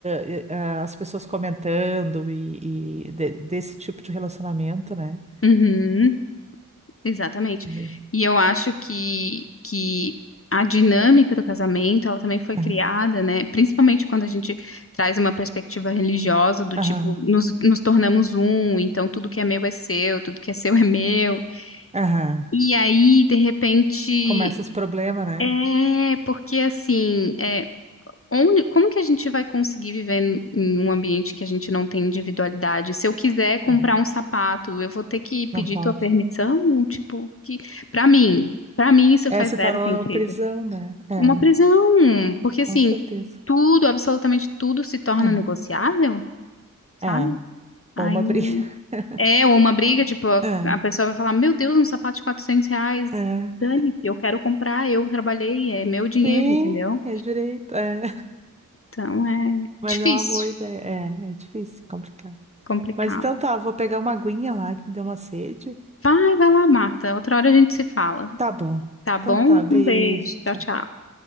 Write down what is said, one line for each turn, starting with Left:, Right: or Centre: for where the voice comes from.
Right: eh, ah, as pessoas comentando e, e de- desse tipo de relacionamento, né?
Left: uhum, exatamente.
Right: E-
Left: E eu acho que, que a dinâmica do casamento, ela também foi criada,
Right: Aham,
Left: né? Principalmente quando a gente traz uma perspectiva religiosa do
Right: aham,
Left: tipo, nos, nos tornamos um, então tudo que é meu é seu, tudo que é seu é meu.
Right: aham.
Left: E aí, de repente.
Right: Começa os problemas, né?
Left: É, porque assim, é, onde, como que a gente vai conseguir viver em em um ambiente que a gente não tem individualidade? Se eu quiser comprar
Right: Aham,
Left: um sapato, eu vou ter que pedir
Right: Não pode.
Left: tua permissão? Tipo, que para mim, para mim isso
Right: É,
Left: faz
Right: se
Left: zero
Right: torna
Left: sentido.
Right: uma prisão, né? É,
Left: Uma prisão, porque
Right: com
Left: assim,
Right: certeza.
Left: tudo, absolutamente tudo se torna
Right: É.
Left: negociável,
Right: É,
Left: sabe? Aí
Right: ou uma briga. <laughs>
Left: é ou uma briga, tipo, a,
Right: É,
Left: a pessoa vai falar, meu Deus, um sapato de quatrocentos reais,
Right: é.
Left: dane-se, eu quero comprar, eu trabalhei, é meu dinheiro,
Right: Sim,
Left: entendeu?
Right: é direito, é.
Left: Então é
Right: Mas
Left: difícil,
Right: é uma boa ideia. É, é difícil, é complicado.
Left: complicado.
Right: Mas então tá, eu vou pegar uma aguinha lá que me deu uma sede.
Left: Vai, vai lá, Marta. Outra hora a gente se fala.
Right: Tá bom.
Left: Tá bom?
Right: Então tá, beijo.
Left: Um beijo. Tchau,
Right: tchau.
Left: tchau.